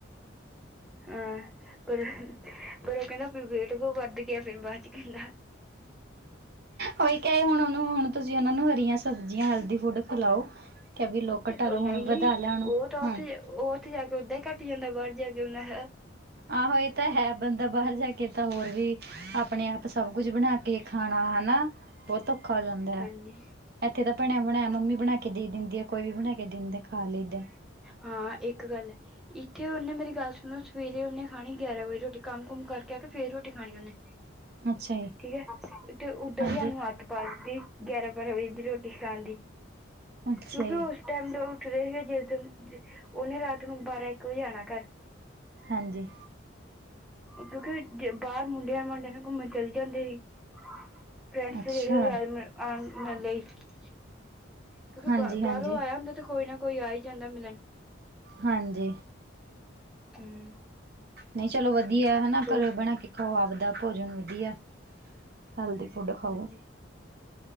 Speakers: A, in the centre; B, on the right.
A: ਹਾਂ, ਪਰ- ਪਰ ਉਹ ਕਹਿੰਦਾ ਬੀ ਵੇਟ ਵੱਧ ਗਿਆ ਫੇਰ, ਬਾਅਦ 'ਚ ਕਹਿਦਾ-। -
B: ਉਹੀ, ਕਹਿ ਰਹੀ, ਉਹਨੂੰ ਹੁਣ, ਤੁਸੀ ਉਹਨਾਂ ਨੂੰ ਹਰੀਆਂ ਸਬਜ਼ੀਆਂ, ਹੈਲਦੀ ਫੁਡ ਖਿਲਾਓ <unintelligible>
A: ਉਹ ਨਈ-ਨਈ ਉਹ ਤਾਂ ਉੱਥੇ ਉਹ ਉਥੇ ਜਾ ਕੇ, ਉਦਾਂ ਹੀ ਘੱਟ ਜਾਂਦਾ, ਬਾਹਰ ਜਾ ਕੇ ਉਹਨਾਂ ਹੈ
B: ਆਹੋ, ਇਹ ਤਾਂ ਹੈ। ਬੰਦਾ ਬਾਹਰ ਜਾ ਕੇ ਤਾਂ, ਹੋਰ ਵੀ ਆਪਣੇ ਆਪ ਸਭ ਕੁਝ ਬਣਾ ਕੇ ਖਾਣਾ ਹਨਾ, ਬਹੁਤ ਔਖਾ ਹੋ ਜਾਂਦਾ ਹੈ।
A: ਹਾਂਜੀ
B: ਇਥੇ ਤਾਂ, ਬਣਿਆ ਬਣਾਇਆ, ਮੰਮੀ ਬਣਾ ਕੇ ਦੇ ਦਿੰਦੀ ਆ, ਕੋਈ ਵੀ ਬਣਾ ਕੇ ਦਿੰਦੇ ਖਾ ਲਈਦਾ
A: ਹਾਂ, ਇੱਕ ਗੱਲ ਐ। ਇੱਥੇ, ਉਹਨੇ ਮੇਰੀ ਗੱਲ ਸੁਣੋ, ਸਵੇਰੇ ਉਹਨੇ ਖਾਣੀ ਗਿਆਰਾਂ ਵਜੇ, ਰੋਟੀ ਕੰਮ- ਕੁੰਮ ਕਰਕੇ ਆ ਕੇ, ਫੇਰ ਰੋਟੀ ਖਾਣੀ ਉਹਨੇ।
B: ਅੱਛਾ ਜੀ
A: ਠੀਕ ਹੈ, ਤੇ ਉਧਰ
B: ਹਾਂਜੀ
A: ਈ ਉਹਨੂੰ ਆਦਤ ਪਾਲਦੀ, ਗਿਆਰਾਂ ਬਾਰਾਂ ਵਜੇ ਦੀ, ਰੋਟੀ ਖਾਣ ਦੀ।
B: ਅੱਛਾ
A: ਕਿਉਂਕਿ
B: ਜੀ
A: ਉਹ ਟੈਮ ਨਾਲ ਉੱਠਦੇ ਹੀ, ਜਿਸ ਦਿਨ ਉਹਨੇ ਰਾਤ ਨੂੰ ਬਾਰਾਂ ਇੱਕ ਵਜੇ ਆਣਾ ਘਰ।
B: ਹਾਂਜੀ।
A: ਕਿਉਂਕਿ, ਉਹ ਬਾਹਰ ਮੁੰਡਿਆਂ- ਮਾਂਡਿਆਂ ਨਾਲ ਘੁੰਮਣ ਚਲ ਜਾਂਦੇ ਸੀ। <unintelligible>
B: ਅੱਛਾ
A: ਕਿਉਂਕਿ
B: ਹਾਂਜੀ
A: ਬ,
B: ਹਾਂਜੀ
A: ਬਾਹਰੋਂ ਆਇਆ ਹੁੰਦਾ, ਤੇ ਕੋਈ ਨਾ ਕੋਈ ਆ ਈ ਜਾਂਦਾ ਮਿਲਣ।
B: ਹਾਂਜੀ।
A: ਹਮ।
B: ਨਹੀਂ ਚਲੋ, ਵਧੀਆ ਹਨਾ,
A: ਹੋਰ
B: ਘਰੇ ਬਣਾ ਕੇ ਖਾਉ ਆਵਦਾ ਭੋਜਨ ਵਧੀਆ। ਹੈਲਦੀ, ਫ਼ੂਡ ਖਾਓ।
A: ਹਾਂਜੀ